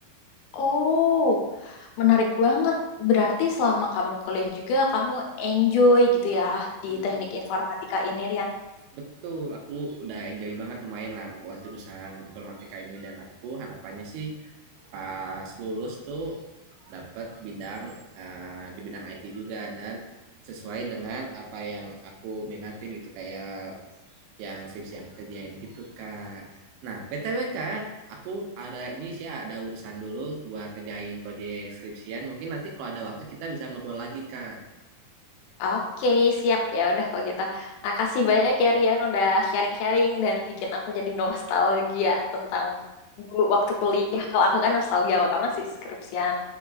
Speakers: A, on the left; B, on the right.
A: oh, menarik banget. Berarti selama kamu kuliah juga, kamu enjoy gitu ya di
B: Hmm,
A: teknik informatika ini, Rian?
B: betul, aku udah enjoy banget lumayan lah buat jurusan informatika ini dan aku harapannya sih pas lulus tuh dapat bidang eh, di bidang IT juga dan sesuai dengan apa yang aku minatin gitu kayak yang skripsi aku kerjain gitu kak. Nah btw kak, aku ada ini sih ada urusan dulu buat ngejain proyek skripsian. Mungkin nanti kalau ada waktu kita bisa ngobrol lagi kak.
A: Oke, siap ya udah kalau gitu. Makasih banyak ya Rian udah sharing-sharing dan bikin aku jadi nostalgia tentang dulu waktu kuliah. Kalau aku kan nostalgia, kalau kamu masih skripsian.